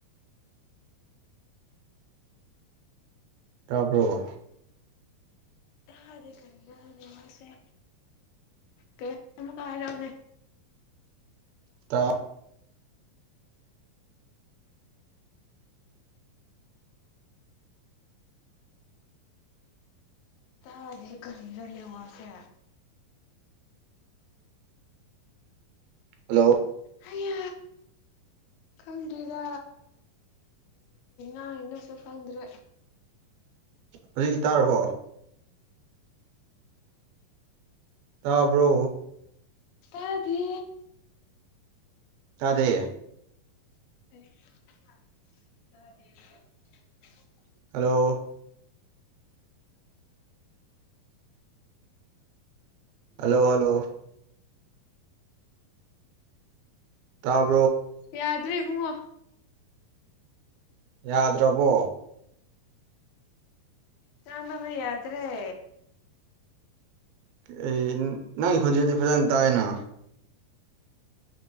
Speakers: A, on the right; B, on the left.
A: ꯇꯥꯞ꯭ꯔꯣꯣ
B: ꯍꯔꯦ ꯀꯔꯤꯔꯗ ꯑꯁꯦ ꯀꯩ ꯀꯥꯔꯅꯦ
A: ꯇ
B: ꯇꯥꯗ ꯀꯅꯤ ꯂꯅꯤ ꯋꯥꯁꯦ
A: ꯍꯜꯂꯣ
B: ꯍꯌꯥ ꯈꯪꯗ꯭ꯣꯏꯔꯥ ꯑꯅ ꯏꯟꯅ ꯁꯀꯥꯗꯨꯔꯦ
A: ꯍꯧꯖꯤꯛ ꯏ ꯇꯥꯔꯕꯣ ꯇꯥꯕ꯭ꯔꯣ
B: ꯇꯥꯗꯦ
A: ꯇꯗꯦ
B: ꯑ <unintelligible> <inaudible>
A: ꯍꯜꯂꯣ ꯍꯜꯂꯣ ꯍꯜꯂꯣ ꯇꯥꯕ
B: ꯌꯥꯗ꯭ꯔꯦ ꯏꯕꯨꯉꯣ
A: ꯌꯥꯗ꯭ꯔꯕꯣ
B: ꯉꯥꯡꯅꯕ ꯌꯗꯔꯦ
A: ꯑꯩ ꯅꯪꯒꯤ ꯈꯨꯣꯟꯖꯗꯤ ꯐꯖꯅ ꯇꯥꯏꯅ